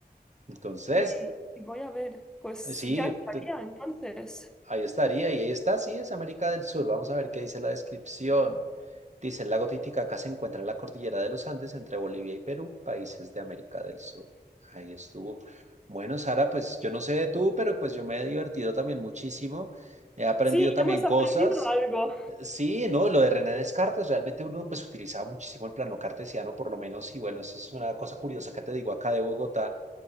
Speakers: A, on the right (about 40°); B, in the centre.
A: Entonces,
B: y, y voy a ver. Pues
A: sí,
B: ya estaría
A: te-
B: entonces.
A: Ahí estaría, y ahí está, sí, es América del Sur. Vamos a ver qué dice la descripción. Dice, el lago Titicaca se encuentra en la cordillera de los Andes entre Bolivia y Perú, países de América del Sur. Ahí estuvo. Bueno, Sara, pues yo no sé de tú, pero pues yo me he divertido también muchísimo. He aprendido
B: Sí,
A: también
B: ya hemos
A: cosas.
B: aprendido algo.
A: Sí, no, lo de René Descartes, realmente uno pues utilizaba muchísimo el plano cartesiano, por lo menos, y bueno, eso es una cosa curiosa que te digo acá de Bogotá